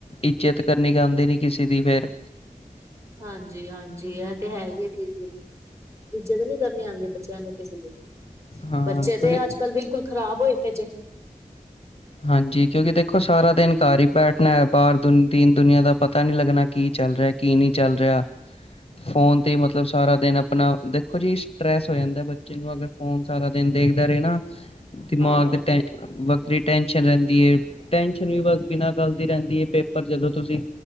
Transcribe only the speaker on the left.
ਇੱਜਤ ਕਰਨੀ ਆਂਦੀ ਨੀ ਕਿਸੇ ਦੀ ਫੇਿਰ
ਹਾਂ
ਕਿਉਂਕਿ
ਹਾਂਜੀ ਕਿਉਂਕਿ ਦੇਖੋ ਸਾਰਾ ਦਿਨ ਘਰ ਹੀ ਬੈਠਣਾ ਹੈ ਬਾਹਰ ਦੁ ਦੀਨ ਦੁਨੀਆਂ ਦਾ ਪਤਾ ਨੀ ਲੱਗਣਾ ਕੀ ਚੱਲ ਰਿਹਾ ਕੀ ਨਹੀਂੀ ਚੱਲ ਰਿਹਾ ਫੋਨ ਤੇ ਮਤਲਬ ਸਾਰਾ ਦਿਨ ਆਪਣਾ ਦੇਖੋ ਜੀ ਸਟਰ੍ਰੈਸ ਹੋ ਜਾਂਦਾ ਬੱਚੇ ਨੂੰ ਅਗਰ ਫੋਨ ਸਾਰਾ ਦਿਨ ਦੇਖਦਾ ਰਹੇ ਨਾ ਦਿਮਾਗ
ਦੇ ਵੱਖਰੀ ਟੈਂਸ਼ਨ ਰਹਿੰਦੀ ਹੈ ਟੈਨਸ਼ਨ ਵੀ ਬਸ ਬਿਨਾਂ ਗੱਲਦੀ ਰਹਿੰਦੀ ਹੈ ਪੇਪਰ ਜਦੋਂ ਤੁਸੀਂ